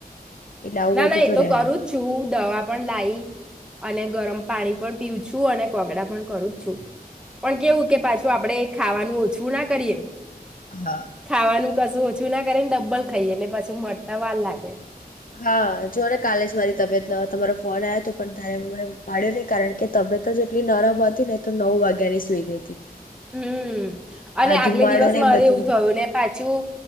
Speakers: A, on the left (about 60°); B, in the centre.
A: એટલે આવું
B: ના
A: બધું
B: ના એ તો
A: રહેવાનું
B: કરું જ છું. દવા પણ લાઈ અને ગરમ પાણી પણ પીવું છું. <unintelligible> અને કોગડા પણ કરું જ છું પણ કેવું કે પાછું આપણે ખાવાનું ઓછું ના કરીએ.
A: હા.
B: ખાવાનું કશું ઓછું ના કરે ને ડબ્બલ ખાઈએ એટલે પાછું મટતા વાર લાગે.
A: હા જો ને કાલે જ મારી તબિયત ન તમારો ફોન આવયો હતો પણ ત્યારે મે પાડ્યો નહી કારણ કે તબિયત જ એટલી નરમ હતી ને તો નવ વાગ્યાની સુઈ ગઈ હતી.
B: હમ્મ અને
A: આ
B: આગલે
A: ધુમાડો
B: દિવસ
A: ને
B: મારે
A: બધું
B: એવું થયું ને પાછું